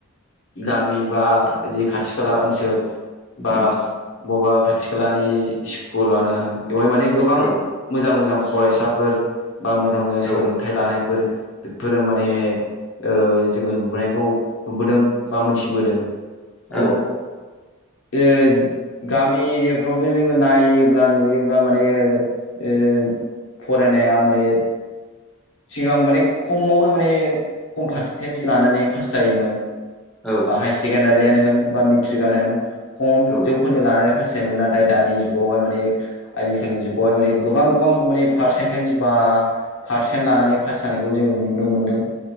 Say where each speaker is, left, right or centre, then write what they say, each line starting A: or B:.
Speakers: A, on the left; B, in the centre.
A: गामि बा जि खाथि खाला ओनसोल बा
B: उम
A: बबेबा खाथि खालानि स्कुलानो होन बेवहाय माने गोबां
B: औ
A: मोजां - मोजां फरायसाफोर बा मोजां - मोजां सोलोंथाइ
B: औ
A: लानायफोर बेफोरो माने ओ जोङो नुबोनायखौ नुबोदों बा मोनथिबोदों
B: औ
A: ओ ओ गामि एरियाफ्रावबो जोङो नायोब्ला नुयोब्ला माने ओ फरायनाया माने सिगां माने खमावनो माने खम फारसेनटेेज लानानै फास जायोमोन
B: औ
A: बा हाय सेकेण्डारियानो होन बा मेथ्रिकआनो होन खम
B: औ
A: जौखोन्दो लानानै फास जायोमोन नाथाय दानि जुगावहाय माने आजिखालिनि जुगावहाय माने गोबां - गोबां माने पारसेन्टेन्ज बा फारसेन लानानै फास जानायखौ जोङो नुनो मोन्दों।